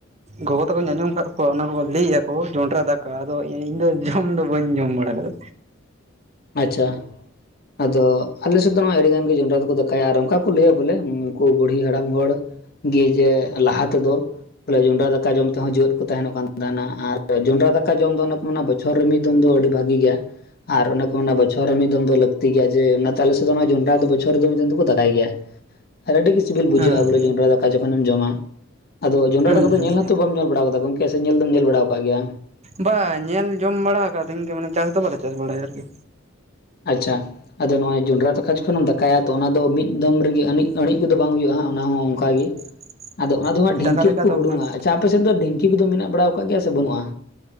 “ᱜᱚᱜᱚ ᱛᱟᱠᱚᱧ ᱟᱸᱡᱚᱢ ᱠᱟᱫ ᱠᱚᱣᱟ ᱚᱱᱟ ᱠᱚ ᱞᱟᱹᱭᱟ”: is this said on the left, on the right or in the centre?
Right